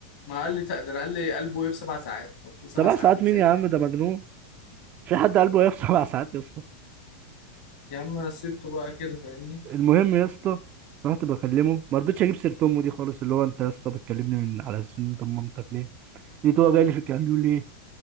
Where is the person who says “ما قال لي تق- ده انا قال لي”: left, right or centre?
Left